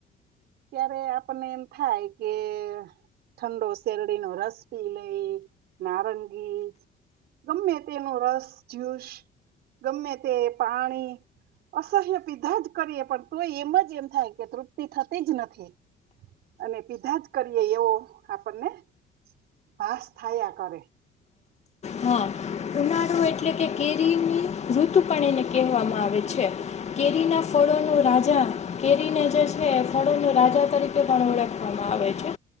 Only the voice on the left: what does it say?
હા, ઉનાળો એટલે કે કેરીની ઋતુ પણ એને કહેવામાં આવે છે, કેરીના ફળોનો રાજા કેરીને જે છે એ ફળોનો રાજા તરીકે પણ ઓળખવામાં આવે છે,